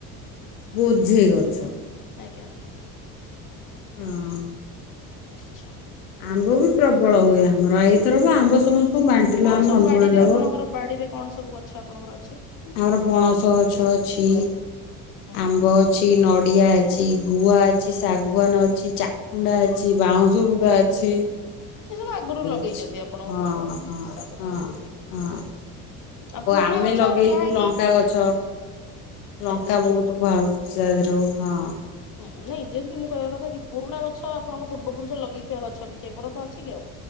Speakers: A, on the left; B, on the left.
A: ବୋଝେଇ ଗଛ
B: ଆଜ୍ଞା
A: ହଁ
B: ଆଚଛା
A: ଆମ୍ବ ବି ପ୍ରବଳ ହୁଏ ଆମର ଏଇଥର ଆମ୍ବ ସମସ୍ତଙ୍କୁ ବାଣ୍ଟିଲୁ
B: କଣ
A: ଆମ
B: ସବୁ
A: ବନ୍ଧୁବାନ୍ଧବ
B: ବାଡିରେ ଆପଣଙ୍କର ବାଡିରେ କଣ ସବୁ ଗଛ ଆପଣଙ୍କର ଅଛି
A: ଆମର ପଣସ ଗଛ ଅଛି
B: ହୁଁ
A: ଆମ୍ବ ଅ ଅଛି ନଡିଆ ଅଛି ଗୁଆ ଅଛି ଶାଗୁଆାନ ଅଛି ଚା କୁଣ୍ଡା ଅଛି ବାଉଁଶ ବୁିକା ଅଛି
B: ସେ ସବୁ ଆଗରୁ ଲଗେଇଛନ୍ତି
A: ଅଛି।
B: ଆପଣଙ୍କ
A: ହଁ
B: ବାପା
A: ହଁ
B: ବଡା ବାପା
A: ହଁ
B: ମାନେ
A: ହଁ
B: ଆଉ ପୁରୁଣା
A: ଆମେ
B: ଗଛ
A: ଲଗେଇଛୁ
B: ଯାହାକି
A: ଲଙ୍କା ଗଛ। ଲଙ୍କା
B: ଆଚ୍ଛା
A: ବହୁତ ବାହଛି ତା ଦେହରୁ ହଁ
B: ହୁଁ ନାଇଁ ଯେମିତି ମୁଁ କହିବା କଥା କି ପୁରୁଣା ଗଛ ଆପଣଙ୍କ ପୂର୍ବପୁରୁଷ ଲଗେଇଥିବା ଗଛ କିଛି ଏପର୍ଯ୍ୟନ୍ତ ଅଛି ସେିକଉ